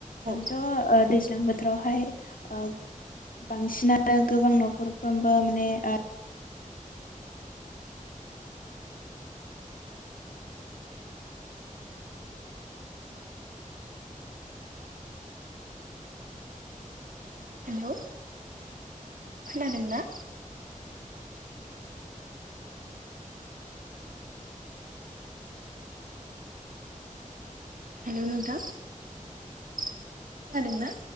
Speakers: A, on the right (about 75°); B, on the left (about 85°).
A: औ
B: आंथ' ओ दैज ज्लां बोथोरावहाय ओ बांसिनानो गोबां न'खरफ्रोमबो माने ओ
A: हेलौ खोनादों ना? हेलौ नोंथां खोनादों ना?